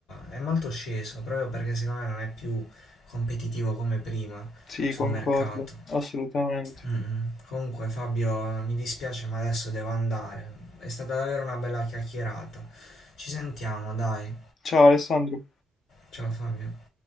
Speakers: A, on the left; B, on the left.
A: eh, è molto sceso, proprio perché secondo me non è più competitivo come prima
B: Sì,
A: sul
B: concordo,
A: mercato.
B: assolutamente.
A: Mm, mm. Comunque Fabio, mi dispiace ma adesso devo andare. È stata davvero una bella chiacchierata. Ci sentiamo, dai.
B: Ciao Alessandro.
A: Ciao Fabio.